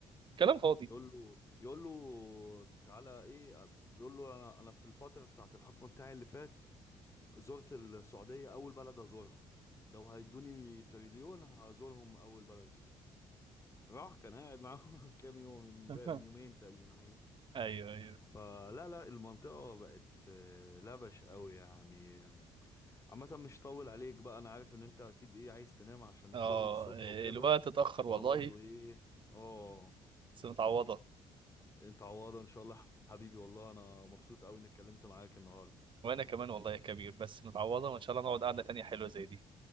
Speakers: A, on the right; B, on the left.
A: كلام فاضي
B: يقول له يقول له تعالى ايه بيقول له انا انا في الفتره بتاعت الحكم بتاعي اللي فات زرت السعودية أول بلد أزورها لو هيدوني تريليون هزورهم أول بلد السعودية. راح كان قاعد معاهم <laughs> كام يوم من
A: <laughs>
B: بق- من يومين تقريبا حاجة
A: ايوه ايوه
B: فلا لا المنطقة بقت آه، لبش قوي يعني عامة مش طول عليك بقى أنا عارف إن أنت أكيد إيه عايز تنام عشان الشغل
A: اه
B: الصبح وكده
A: الوقت اتاخر والله
B: وأنا برضو إيه آه
A: بس متعوضه
B: أنت عوضة إن شاء الله حبيبي والله أنا مبسوط قوي إني اتكلمت معاك النهاردة
A: وانا كمان والله يا كبير بس متعوضه وان شاء الله نقعد قعده تانية حلوه زي دي